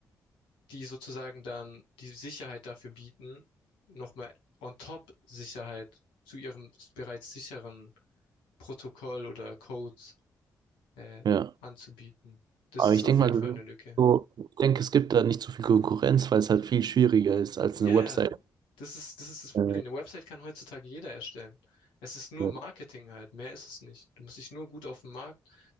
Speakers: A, on the left (about 90°); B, on the right (about 55°).
A: die sozusagen dann die Sicherheit dafür bieten, nochmal on top Sicherheit zu ihrem bereits sicheren Protokoll oder Codes äh,
B: Ja.
A: anzubieten. Das
B: Aber
A: ist
B: ich
A: auf
B: denke
A: jeden
B: mal, das
A: Fall eine
B: ist
A: Lücke.
B: so, ich denke, es gibt da nicht so viel Konkurrenz, weil es halt viel schwieriger ist als
A: Ja,
B: eine Website.
A: ja, das ist, das ist das Problem.
B: Äh,
A: Eine Website kann heutzutage jeder erstellen. Es ist nur
B: ja.
A: Marketing halt, mehr ist es nicht. Du musst dich nur gut auf dem Markt